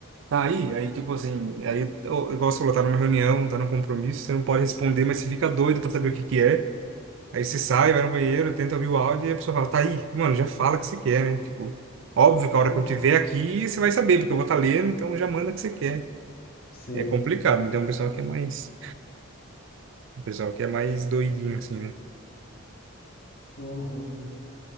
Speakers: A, on the right (about 60°); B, on the left (about 45°).
A: tá aí. Aí, tipo assim, aí, ô, igual você falou, tá numa reunião, tá num compromisso, você não pode responder, mas você fica doido pra saber o que que é. Aí você sai, vai no banheiro, tenta ouvir o áudio e a pessoa fala, tá aí, mano, já fala o que você quer, né? Tipo, óbvio que a hora
B: Hum,
A: que eu tiver aqui, você vai saber, porque eu vou estar lendo, então já manda o que você quer.
B: Sim.
A: É complicado, né? tem um pessoal que é mais, um pessoal que é mais doidinho, assim, né?
B: Uhum.